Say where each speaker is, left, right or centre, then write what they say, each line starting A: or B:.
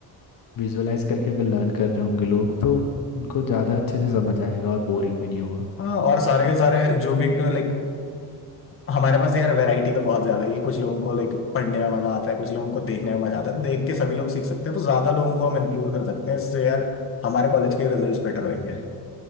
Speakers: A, on the left (about 55°); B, on the left (about 35°).
A: विजुअलाइज करके अगर लर्न कर रहे होंगे लोग तो उनको ज़्यादा अच्छे से समझ आएगा और बोरिंग भी नहीं होगा
B: हाँ और सारे के सारे जो भी लाइक हमारे पास यार वैरायटी तो बहुत ज्यादा है कि कुछ लोगों को लाइक पढ़ने में मजा आता है कुछ लोगों को देखने में मजा आता है देख के सभी लोग सीख सकते हैं तो ज्यादा लोगों को हम इंक्लूड कर सकते हैं इससे यार हमारे कॉलेज के रिजल्ट्स बेटर होंगे